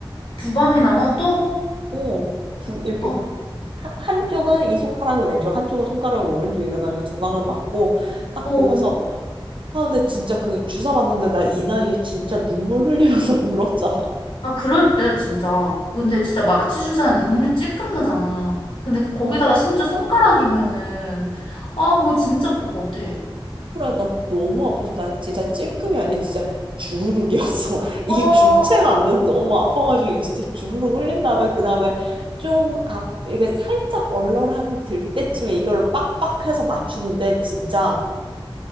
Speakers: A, on the left; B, on the right.
A: 두 방에 나눠 또?
B: 어, 두, 이렇게
A: 어,
B: 한, 한쪽은 이 손가락은 왼쪽, 한쪽은 손가락은 오른쪽 이래가지고 두 방을 맞고 딱
A: 어,
B: 보면서 아 근데 진짜 그 주사 맞는데 나 이 나이에 진짜 눈물 흘리면서 <laughs> 울었잖아.
A: 아, 그럴 때 진짜. 근데 진짜 마취 주사는 눈물이 찔끔 나잖아. 근데 거기다가 심지어 손가락이면은 아, 거기 진짜 아플 것 같아.
B: 프라 나 너무 아파서 나 진짜 찔끔이 아니라 진짜 주르륵이었어. <laughs> 이게
A: 어,
B: 주체가 안 돼서 너무 아파가지고 이게 진짜 주르륵 흘린 다음에 그 다음에 좀 앞, 이게 살짝 얼얼함이 들 때쯤에 이걸 빡빡해서 맞추는데 진짜